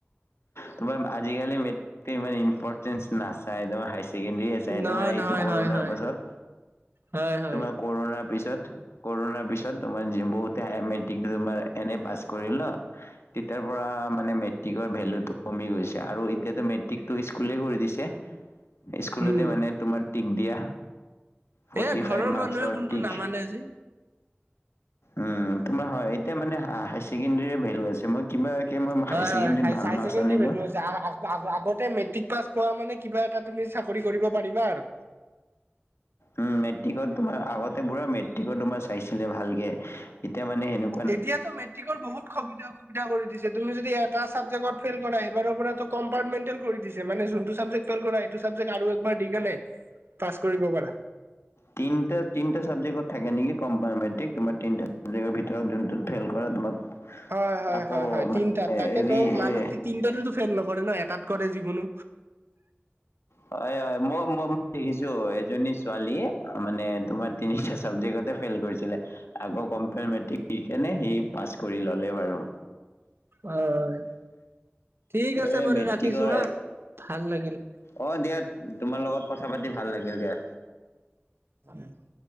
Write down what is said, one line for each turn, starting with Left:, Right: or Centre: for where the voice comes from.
Left: তোমাৰ আজিকালি মেট্ৰিক ইমান ইম্পৰ্টেঞ্চ নাচাই ন হাইচেকেন্ডেৰী চাই
Right: নহয়
Left: তোমাৰ এইটো
Right: নহয়
Left: কৰ'ণাৰ
Right: হয় হয়
Left: পাছত,
Right: হয় হয়
Left: তোমাৰ কৰ'ণাৰ পিছত কৰ'ণাৰ পিছত তোমাক যে বহুতে হাঁহে, মেট্ৰিকটো তোমাৰ এনে পাছ কৰিল ন। তেতিয়াৰ পৰা মানে মেট্ৰিকৰ ভেলুটো কমি গৈছে আৰু এতিয়াতো মেট্ৰিকটো স্কুলেই কৰি দিছে। স্কুলতে
Right: উম
Left: মানে তোমাৰ টিক দিয়া ফ'ৰ্টি
Right: এ ঘৰৰ
Left: ফাইভ মাৰ্কছৰ
Right: মানুহে কোনটো
Left: টিক,
Right: নামানে যে
Left: উম তোমাৰ হয়। এতিয়া মানে হাই ছেকেণ্ডেৰী ভেলু আছে মই কিবা কে মই
Right: হয়
Left: হাইছেকেণ্ডেৰীত
Right: হয়
Left: ভাল মাৰ্কচ
Right: হাই ছেকেণ্ডেৰীৰ
Left: আনিলো
Right: ভেলু আছে। আগ আগ আগ আগতে মেট্ৰিক পাছ কৰা মানে কিবা এটা তুমি চাকৰি কৰিব পাৰিবা বাৰু।
Left: উম, মেট্ৰিকত তোমাৰ আগতে পুৰা মেট্ৰিকত তোমাৰ চাইছিলে ভালকে। এতিয়া মানে সেনে
Right: এতিয়াতো মেট্ৰিকৰ বহুত সবিধা সুবিধা কৰি দিছে। তুমি যদি এটা এটা ছাবজেক্টটত ফেইল কৰে, এইবাৰৰ পৰাটো কম্পাৰ্টমেন্টেল কৰি দিছে মানে যোনটো ছাবজেক্ট ফেইল কৰা সেই টো ছাবজেক্ট আৰু একবাৰ দি কেনে পাছ কৰিব পাৰা।
Left: তিনিটা, তিনিটা ছাবজেক্টত থাকে নেকি কম্পাৰমেট্ৰিক। তোমাৰ তিনিটা ছাবজেক্টৰ ভিতৰত যোনটোত ফেইল কৰা তোমাক
Right: হয় হয়
Left: আকৌ
Right: হয় হয়
Left: মানে
Right: তিনটাত, তাকেতো
Left: হেৰি
Right: মানুহ
Left: এ,
Right: তি তিনটাতে তো ফেইল নক কৰে ন, এটাত কৰে যিকোনো
Left: হয় হয় ম মই দেখিছো এজনী ছোৱালীয়ে মানে তোমাৰ তিনিটা ছাবজেক্টততে ফেইল কৰিছিলে আকৌ কম্পাৰমেট্ৰিক দিকেনে সি পাছ কৰি ল'লে বাৰু।
Right: হয়, ঠিক আছে
Left: এই
Right: বাৰু
Left: মেট্ৰিকৰ
Right: ৰাখিছো হা ভাল লাগিল।
Left: অ দিয়া, তোমাৰ লগত কথা পাতি ভাল লাগিল দিয়া।
Right: <inaudible>